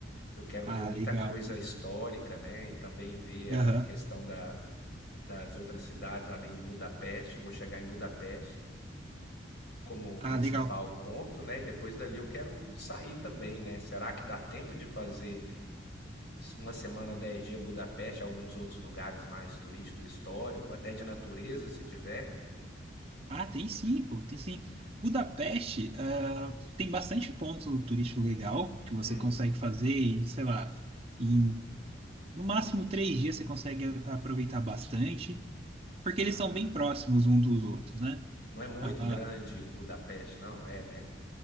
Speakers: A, on the left; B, on the right.
A: Eu quero
B: Ah,
A: ver muita
B: legal.
A: coisa
B: pô.
A: histórica, né? E também ver
B: Aham.
A: a questão da, das outras cidades além de Budapeste. Vou chegar em Budapeste como
B: Ah,
A: principal
B: legal.
A: ponto, né? E depois dali eu quero sair também, né? Será que dá tempo de fazer uma semana, dez dias Budapeste, alguns outros lugares mais turísticos, histórico, até de natureza, se tiver?
B: Ah, tem sim, pô, tem sim. Budapeste, ah, tem bastante ponto turístico legal que você
A: Hum,
B: consegue fazer, e, sei lá, em no máximo três dias você consegue a- aproveitar bastante, porque
A: ah,
B: eles são bem próximos um dos outros, né?
A: não é muito
B: Ah,
A: grande Budapeste, não? É, né?